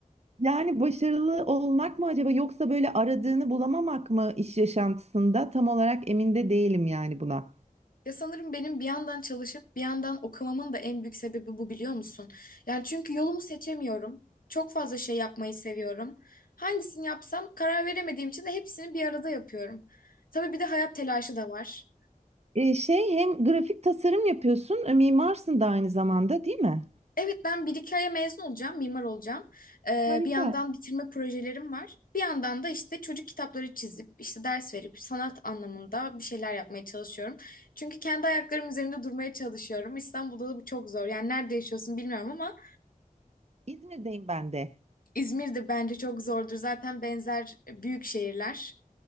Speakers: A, on the right; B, on the left.
A: Yani başarılı olmak mı acaba yoksa böyle aradığını bulamamak mı iş yaşantısında tam olarak emin de değilim yani buna.
B: Ya sanırım benim bir yandan çalışıp bir yandan okumamın da en büyük sebebi bu biliyor musun? Yani çünkü yolumu seçemiyorum. Çok fazla şey yapmayı seviyorum. Hangisini yapsam karar veremediğim için de hepsini bir arada yapıyorum. Tabii bir de hayat telaşı da var.
A: Ee, şey hem grafik tasarım yapıyorsun, e, mimarsın da aynı zamanda değil mi?
B: Evet ben bir iki aya mezun olacağım, mimar olacağım. Ee,
A: Harika.
B: bir yandan bitirme projelerim var. Bir yandan da işte çocuk kitapları çizip, işte ders verip sanat anlamında bir şeyler yapmaya çalışıyorum. Çünkü kendi ayaklarım üzerinde durmaya çalışıyorum. İstanbul'da da bu çok zor. Yani nerede yaşıyorsun bilmiyorum ama
A: İzmir'deyim ben de.
B: İzmir'de bence çok zordur. Zaten benzer büyük şehirler.